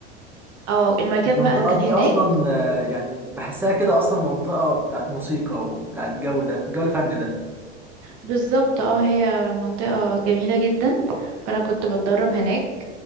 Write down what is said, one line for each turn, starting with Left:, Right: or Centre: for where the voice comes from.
Right: اه المكان
Centre: المنطقة
Right: بقى كان
Centre: دي
Right: هناك
Centre: اصلا آه، يعني بحسها كده اصلا منطقة بتاعت موسيقى وبتاعت جو ده جو الفن ده
Right: بالظبط اه هي منطقة جميلة جدا فأنا كنت بتدرب هناك